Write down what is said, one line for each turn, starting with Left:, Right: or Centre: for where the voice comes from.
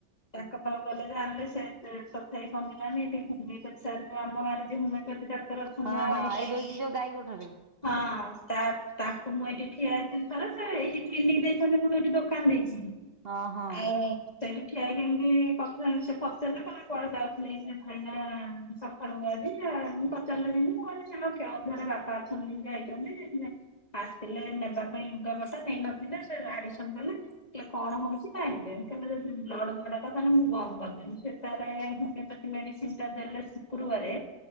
Left: ତାଙ୍କ ପାଖୁ ଗଲେ ଜାଣିଲେ ସେମତି ତଥାବି କମିଲାନି ଏଠି ହୁମେପାତି ସାର୍ ଙ୍କ ଆମ ଗାଁରେ ଜିଏ ହୁମେପାତି ଡା କ୍ତର ଅଛନ୍ତି
Right: ହଁ ହଁ ଏଇ ଦଉଛି ଯୋଉ ଗାଈ ଗୋଠରେ
Left: ହଁ ତା ତାକୁ ମୁଁ ଏଇଠି ଠିଆ ହେଇଥିଲି ତାର ସେ ଏଇଠି କ୍ଲିନିକ୍ ଦେଇଛନ୍ତି ମୁଁ ଯୋଉଠି ଦୋକାନ୍ ଦେଇଚି,
Right: ହଁ ହଁ।
Left: ଆଉ ସେଇଠି ଠିଆ ହେଇକି ଏମ୍ତି ପଚା ସେ ପଚାରିଲେ ତମେ କୁଆଡେ ଯାଉଥିଲେ ଭାଇନା। ସଖାଳୁ <inaudible> ପଚାରିଲେ ଯେନ୍ତି ମୁଁ କହିଲି କେଉଁଝର ରେ ବାପା ଅଛନ୍ତି ବୋଲି ଯାଇଚନ୍ତି <unintelligible> ଆସିଥିଲେ ନେବା ପାଇଁ ଲୁଗା ପଟା ନେଇ ନଥିଲେ ସେ ଆଡ଼ମିଶନ କଲେ। କଇଲେ କଣ ହଉଚି ନା <unintelligible> ବ୍ଲଡ୍ ଝାଡାଟା ତାନେ ମୁଁ ବନ୍ଦ କରିଦେବି, ସେଟାରେ ହୁମେପାତି ମେଡିସିନ୍ ଟା ଦେଲେ ଶୁକୁରୁବାରେ